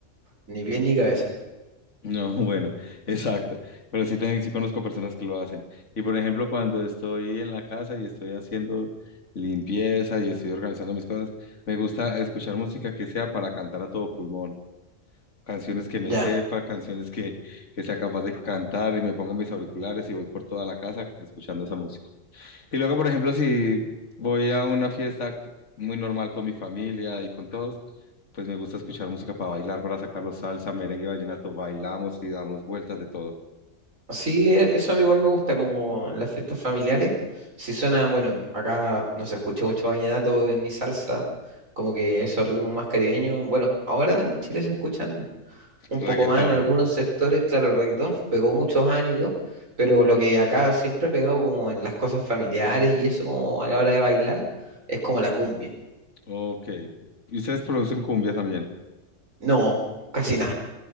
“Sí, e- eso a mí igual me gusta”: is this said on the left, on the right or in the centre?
Right